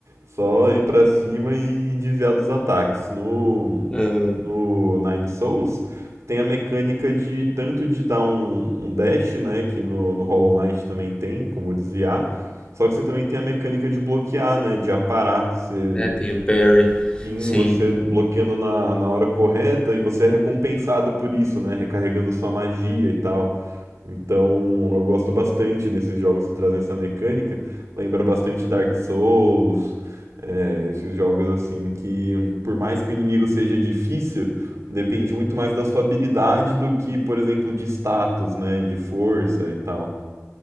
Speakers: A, on the right; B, on the left.
A: só ir pra cima e desviar dos ataques. No,
B: Aham.
A: no Nine Souls tem a mecânica de tanto de dar um, um dash, né? Que no, no Hollow Knight também tem, como desviar. Só que você também tem a mecânica de bloquear, né? De aparar. Você,
B: É, tem o Perry.
A: sim,
B: Sim.
A: você bloqueando na, na hora correta e você é recompensado por isso, né? Recarregando sua magia e tal. Então eu gosto bastante desses jogos que trazem essa mecânica. Lembra bastante Dark Souls, é, esses jogos assim que, por mais que o inimigo seja difícil, depende muito mais da sua habilidade do que, por exemplo, de status, né? De força e tal.